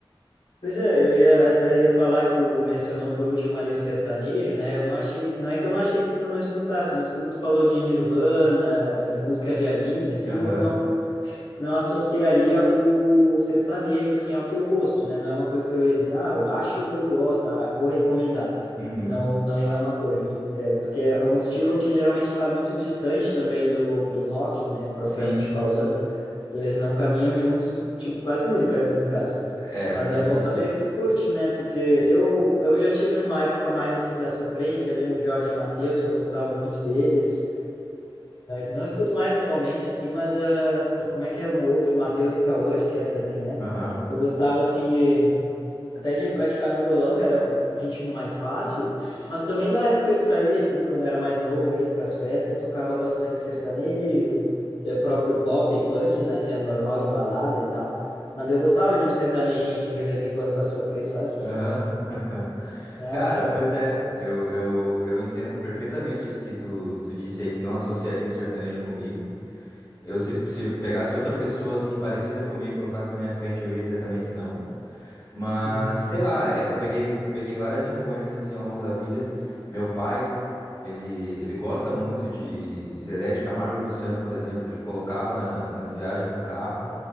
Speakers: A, on the left; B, on the left.
A: Pois é, eu ia, até ia falar que tu mencionou por último ali o sertanejo, né? Eu não achei, não é que eu não achei que tu não escutasse, mas como tu falou de Nirvana e música de anime, assim,
B: Aham.
A: eu não não associaria o sertanejo assim ao teu gosto, né? Não é uma coisa que eu ia dizer, ah, eu acho que ele gosta, ah, vou recomendar.
B: Uhum.
A: Não, não é uma coisa, é porque é um estilo que geralmente está muito distante também do, do rock, né? Propriamente
B: Sim.
A: falando, eles não caminham juntos, tipo, quase nunca, né, no caso.
B: É
A: Mas
B: muito
A: é
B: difícil.
A: bom saber que tu curte, né? Porque eu, eu já tive uma época mais assim da sofrência ali, um Jorge Mateus, que eu gostava muito deles. Não escuto mais atualmente, assim, mas... ah, e como é que era um outro? Matheus e Cauã, acho que é também, né?
B: Aham.
A: Eu gostava, assim, de... Até de praticar no violão, que era um, um ritmo mais fácil. Mas também da época de sair, assim, quando era mais novo, ia para as festas, tocava bastante sertanejo, eh, o próprio pop e funk, né? Que é normal de balada e tal. Mas eu gostava de um sertanejinho, assim, de vez em quando para sofrer, sabe?
B: Aham. <laughs>
A: Nossa,
B: Cara, pois
A: nossa.
B: é, eu, eu, eu entendo perfeitamente isso que tu, tu disse aí, que não associaria o sertanejo comigo. Eu, se, se pegasse outra pessoa assim parecida comigo, colocasse na minha frente, eu ia dizer também que não. Mas
A: Uhum.
B: sei lá, é que eu peguei, peguei várias influências assim ao longo da vida. Meu pai, ele, ele gosta muito de Zezé de Camargo e Luciano, por exemplo. Ele colocava na- nas viagens do carro,